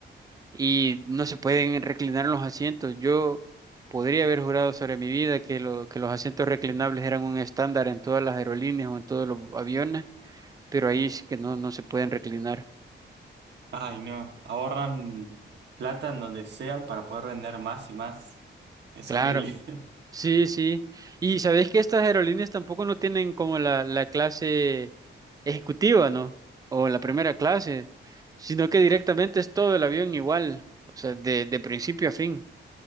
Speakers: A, on the right; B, on the right.
A: y no se pueden reclinar los asientos. Yo podría haber jurado sobre mi vida que, lo- que los asientos reclinables eran un estándar en todas las aerolíneas o en todos los aviones, pero ahí sí que no, no se pueden reclinar.
B: Ay, no, ahorran plata en donde sea para poder vender más y más. Es
A: Claro.
B: horrible. <laughs>
A: Sí, sí. Y sabés que estas aerolíneas tampoco no tienen como la, la clase ejecutiva, ¿no? O la primera clase, sino que directamente es todo el avión igual, o sea, de, de principio a fin.